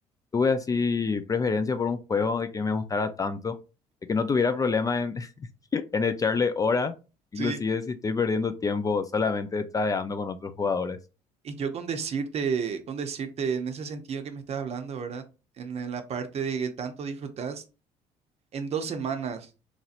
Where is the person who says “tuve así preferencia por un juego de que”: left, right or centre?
Left